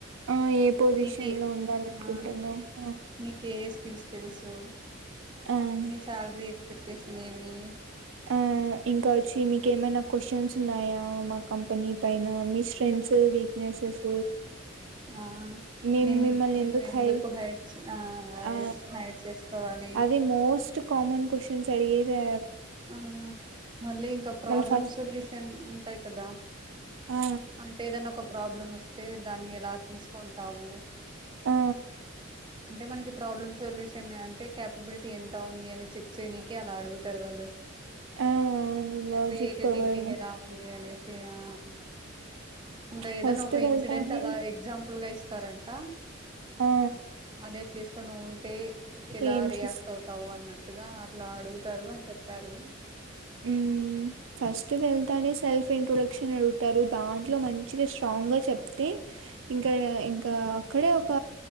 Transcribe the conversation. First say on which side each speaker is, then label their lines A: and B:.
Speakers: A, on the right; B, on the right.
A: ఆ ఏ పొజిషన్
B: నీకే
A: లో ఉండాలనుకుంటున్నావ్
B: ఆ
A: ఆ
B: నీకే ఎస్క్ స్కిల్స్ తెలుసు
A: ఆ
B: నీ సాలరీ ఎక్సపెక్టషన్ ఏమి
A: ఆ ఇంకా వచ్చి మీకేమైనా క్వశ్చన్స్ ఉన్నాయా మా కంపెనీ పైన మీ స్ట్రెన్సు వీక్నెసెస్
B: ఆ
A: మేము
B: నిన్ని
A: మిమ్మల్ని
B: నిన్ను ఎందుకు
A: హైర్
B: హైడ్స్ ఆ అవే
A: ఆ
B: హైడ్ చేసుకోవాలి
A: అదే మోస్ట్ కామన్ క్వశ్చన్స్ అడిగిదే
B: ఆ మళ్ళీ ఇంకా ప్రాబ్లమ్
A: మళ్ళ ఫస్ట్
B: సొల్యూషన్ ఉంటాయి కదా
A: ఆ
B: అంటే ఏదన్న ఒక ప్రాబ్లం వాస్ తే దాన్ని ఎలా తీసుకుంటావు
A: ఆ
B: అంటే మనకి ప్రాబ్లమ్ సొల్యూషన్ అంటే క్యాపబుల్టీ ఎంత ఉంది అని చెక్ చేయనికి అలా అడుగుతారు వాళ్ళు ఏ
A: ఆ అవును
B: ఇంగా
A: లాజిక్
B: క్రియేటివ్
A: పవర్
B: థింకింగ్ ఎలా ఉంది అనేసి ఆ ఇంకా ఏదన్నా
A: ఫస్ట్
B: ఒక ఇ
A: వెళ్తానే
B: ఇన్సిడెంట్ అలా ఎక్సమ్పల్గా ఇస్త తరంట
A: ఆ
B: అదే ప్లేస్ లో నువుంటే ఏలా
A: ఏం
B: రియాక్టవుతావు
A: చేస్
B: అన్నట్టుగా అట్లా అడుగుతారు అని చెప్పారు
A: ఉమ్ ఫస్ట్ వెళ్తానే సెల్ఫ్ ఇంట్రోడక్షన్ అడుగుతారు దాంట్లో మంచిగా స్ట్రాంగ్ గా చెప్తే ఇంకా ఇంకా అక్కడే ఒక